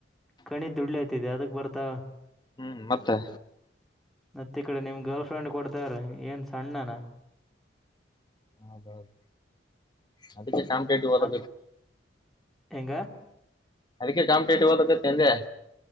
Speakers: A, in the centre; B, on the left.
A: ಕಣಿ ದುಡ್ಲತದೆ ಅದ ಬರ್ತಾ
B: ಹ್ಮ್ ಮತ್ತೆ
A: ಮತ್ತ ಕಡೆ ನಿಮ್ ಗರ್ಲ್ ಫ್ರೆಂಡ್ ಕೊಡ್ತಾರ ಏನ್ ಸಣ್ಣನ
B: ಹೌದೌದು <unintelligible> ಅದಕ್ಕೆ ಕಾಮ ಟೇಟದ
A: ಹ? ಹೆಂಗ
B: ಅದಕ್ಕೆ ಕಾಮ ೇಟದ ಂದ <inaudible>